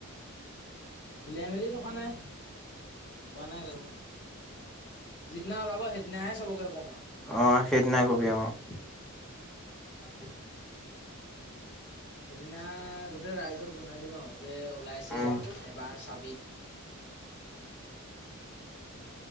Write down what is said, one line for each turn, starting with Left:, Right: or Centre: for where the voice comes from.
Left: উলিয়াই মেলি থকা নাই। পোৱা নাই কাকো। যিদিনা ওলাব সেইদিনাহে চবকে কম আৰু।
Centre: অ, সেইদিনাই কবি অ। <inaudible>
Left: সেইদিনা গোটেই ৰাইজক জনাই দিম আৰু। যে ওলাইছে
Centre: উম
Left: এবাৰ চাবিক